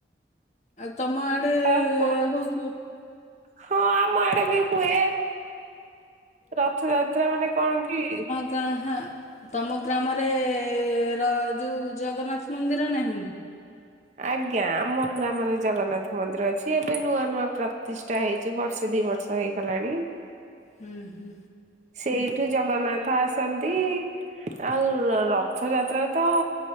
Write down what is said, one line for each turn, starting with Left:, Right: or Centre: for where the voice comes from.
Left: ଆଉ ତମ ଆଡେ
Right: ଆଉ କଣ
Left: ହଉଥିବ।
Right: ହଁ ଆମ ଆଡେ ବି ହୁଏ ରଥଯାତ୍ରା ମାନେ କଣ କି
Left: କଣ ହଁ ତମ ଗ୍ରାମରେ ର ଯୋଉ ଜଗନ୍ନାଥ ମନ୍ଦିର ନାହିଁ।
Right: ଆଜ୍ଞା ଆମ ଗ୍ରାମରେ ଜଗନ୍ନାଥ ମନ୍ଦିର ଅଛି ଏବେ ନୂଆ ନୂଆ ପ୍ରତିଷ୍ଠା ହେଇଛି ବର୍ଷେ ଦି ବର୍ଷ ହେଇଛି। ହେଲାଣି।
Left: ହୁଁ ହୁଁ।
Right: ସେଇଠୁ ଜଗନ୍ନାଥ ଆସନ୍ତି। ଆଉ ରଥଯାତ୍ରା ତ